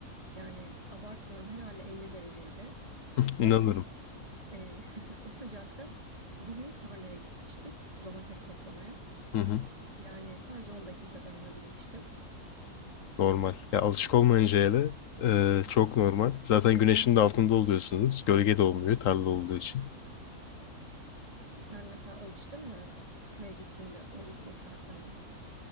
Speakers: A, on the right; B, on the left.
A: Yani abartmıyorum herhalde 50 dereceydi
B: İnanırım.
A: ve, eee, <laughs> o sıcakta bir gün tarlaya gitmiştik domates toplamaya.
B: Hı hı.
A: Yani sadece 10 dakika dayanabilmiştim.
B: Normal. Ya alışık olmayınca hele e, çok normal. Zaten güneşin de altında oluyorsunuz. Gölge de olmuyor tarla olduğu için.
A: Sen mesela alıştın mı köye gittiğinde o iklim şartlarına?